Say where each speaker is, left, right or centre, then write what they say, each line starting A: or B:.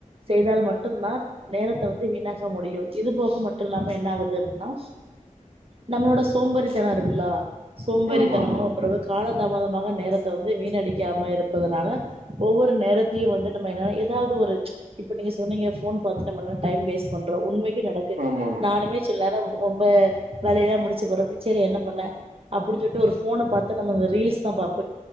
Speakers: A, on the right; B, on the right.
A: செய்தால் மட்டும்தான் நேரத்தை வந்து வீணாக முடியு இது போக மட்டு இல்லாம என்ன ஆகுது அப்டின்னா நம்மளோட சோம்பறித்தனம் இருக்குல்லா சோம்பேரித்தனமு
B: ஆமா ஆமா
A: அப்புறோ
B: ஆமா
A: எதோ கால தாமதமாக நேரத்த வந்து வீண் அடிக்காம இருப்பதனால ஒவ்வொரு நேரத்தையு வந்து நம்ம என்னால ஏதாவது ஒரு இப்ப நீங்க சொன்னீங்க போன் பாத்து நம்ம எல்லா டைம் வேஸ்ட் பண் றோ உண்மைக் கி நடக்கு
B: ஆமா ஆமா
A: நானுமே சில நேரம் ரொம்ப வேலையெல்லா முடிச்சு போறம் செரி என்ன பண்ணே அப்டின் சொல்ட்டு ஒரு போன பாத்து நம்ம அந்த ரீல்ஸ் தா பாப்